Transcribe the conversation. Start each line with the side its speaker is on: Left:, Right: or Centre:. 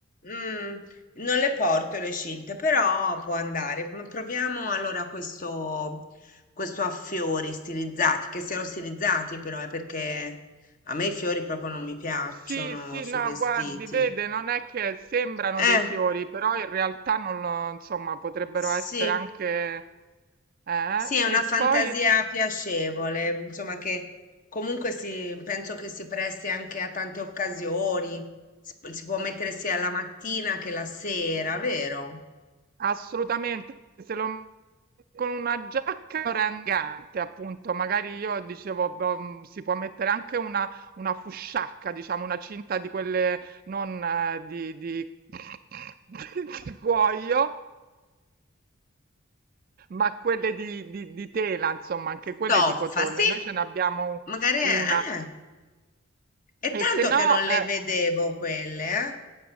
Left: Mm, non le porto le cinte, però può andare. Ma Proviamo allora questo, questo a fiori stilizzati, che siano stilizzati però, è perché a me i fiori proprio non mi piacciono
Right: Sì, sì,
Left: sui
Right: no,
Left: vestiti.
Right: guardi, vede, non è che sembrano
Left: Eh,
Right: dei fiori, però in realtà non lo, insomma, potrebbero
Left: sì,
Right: essere anche... Eh?
Left: sì, è
Right: E
Left: una fantasia
Right: poi...
Left: piacevole, insomma che comunque si, penso che si presti anche a tante occasioni. Si, pu- si può mettere sia la mattina che la sera, vero?
Right: Assolutamente, se lo mette con una giacca lo rende elegante, appunto, magari io dicevo, boh, mh, si può mettere anche una, una fusciacca, diciamo, una cinta di quelle non eh, di, di, <laughs> di cuoio, ma quelle di, di- di tela, insomma, anche quelle
Left: Toffa,
Right: di cotone.
Left: sì.
Right: Noi ce n'abbiamo
Left: Magari
Right: una.
Left: è, eh, è tanto
Right: E se
Left: che
Right: no,
Left: non le
Right: eh,
Left: vedevo quelle, eh?